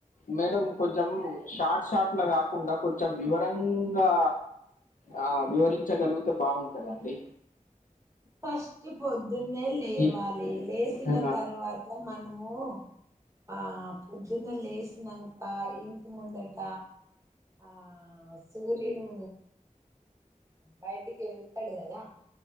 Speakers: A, on the left; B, on the right.
A: మేడం కొంచెం షార్ట్ షాట్ కాకుండా కొంచెం వివరంగా ఆ వివరించగలిగితే బాగుంటదండి
B: ఫస్ట్ పొద్దున్నే లేవాలి
A: ఈ-
B: లేసిన
A: ఆ,
B: తర్వాత మనము ఆ పొద్దున్న లేసినాక ఇంటి ముందట ఆ సూర్యుడు బయటికి వెళ్తాడు కదా